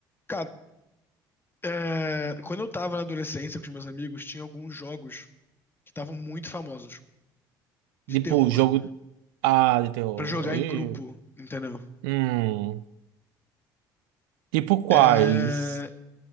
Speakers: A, on the left; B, on the right.
A: Cara, é, quando eu tava na adolescência com os meus amigos, tinha alguns jogos que estavam muito famosos de
B: Tipo,
A: terror
B: jogo. Ah, de terror.
A: pra jogar
B: Aí,
A: em grupo, entendeu?
B: Hum. Tipo quais?
A: É,